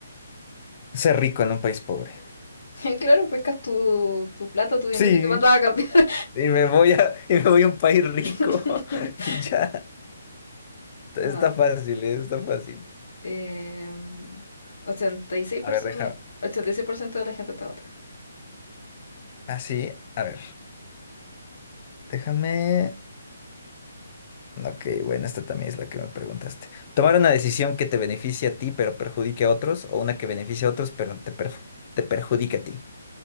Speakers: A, on the left; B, on the left.
A: Ser rico en un país pobre.
B: <laughs> Claro, pescas tu, tu plata, tu dinero
A: Sí,
B: y te mandas a cambiar.
A: y me voy a, <laughs> y me voy a un país rico
B: <laughs>
A: <laughs> y ya. Está
B: Ah,
A: fácil, eh, está fácil.
B: em, 86
A: A
B: personas,
A: ver, deja.
B: 86% de la gente está contigo.
A: Así, a ver. Déjame. Ok, bueno, esta también es la que me preguntaste. Tomar una decisión que te beneficie a ti pero perjudique a otros o una que beneficie a otros pero te, perju- te perjudique a ti.